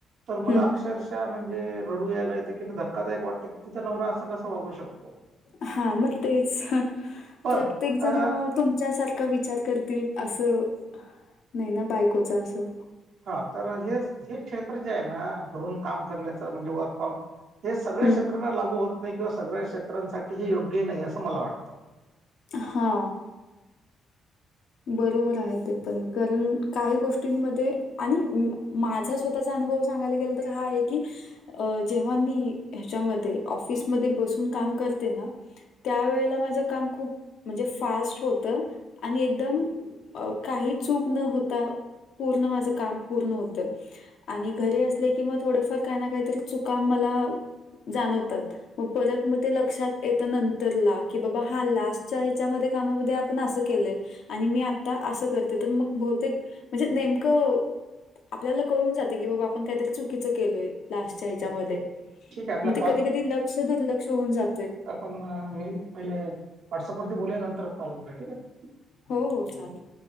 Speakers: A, on the right; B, on the left.
A: तर मला
B: हं.
A: अक्षरशः म्हणजे रडू यायला कि धक्कादायक वाटतं की तिचा नवरा असा कसा वागू शकतो
B: हा मग तेच
A: पण
B: प्रत्येक जण
A: अ
B: तुमच्यासारखा विचार करतील असं नाही ना बायकोचा असं
A: हा तर हे हे क्षेत्र जे आहे ना घरून काम करण्याचं म्हणजे वर्क फ्रॉम हे सगळ्या
B: हं,
A: क्षेत्रांना लागू होत नाही किंवा सगळ्या क्षेत्रांसाठी योग्य नाही असं मला वाटतं
B: हा.. बरोबर आहे ते पण करण काही गोष्टींमध्ये आणि माझा स्वतःचा अनुभव सांगायला गेला तर हा आहे की अ जेव्हा मी ह्याच्यामध्ये ऑफिसमध्ये बसून काम करते ना त्या वेळेला माझं काम खूप म्हणजे फास्ट होतं आणि एकदम काही चूक न होता पूर्ण माझ काम पूर्ण होत.. आणि घरी असले की मग थोडेफार काही ना काहीतरी चुका मला जाणवतात मग परत मग ते लक्षात येत नंतरला की बाबा हा लास्टच्या ह्याच्या का ण असं केलंय आणि मी आता असं करते तर मग बहुतेक म्हणजे नेमकं आपल्याला कळून जाते की बाबा आपण काहीतरी चुकीचं केलोय लास्टच्या ह्याच्यामध्ये
A: ठीक आहे आपला
B: मग ते कधी कधी लक्ष दुर्लक्ष होऊन जातय
A: पण मी पहिले व्हॉट्सअप वरती बोलू नंतर कॉल पु ठीक आहे
B: हो हो चालेल..